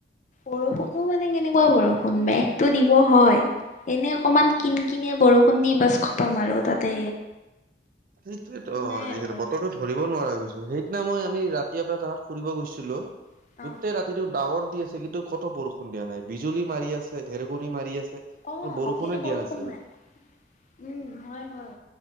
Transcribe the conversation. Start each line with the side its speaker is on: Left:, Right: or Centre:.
Left: বৰষুণো মানে কেনেকুৱা বৰষুণ মেঘটো দিব হয়। এনে অকমান কিনি কিনিয় বৰষুণ দি বাছ খটাম আৰু তাতে,
Right: সেইটোয়েেতো
Left: নাই
Right: আজিকালি
Left: আৰু বৰষুণ।
Right: বতৰো ধৰিব নোৱাৰা গৈছো সেইদিনা মই আমি ৰাতিয়াৰ পৰা যাত, ফুৰিব গৈছিলো
Left: উম
Right: গোটেই ৰাতিটো ডাৱৰ, আছে কিন্তু কত বৰষুণ দিয়া নাই বিজুলী মাৰি আছে গাজনি মাৰি আছে
Left: অ'
Right: বৰষুণে
Left: কিন্তু
Right: দিয়া
Left: বৰষুণ
Right: নাছিল
Left: নাই উম হয় হয়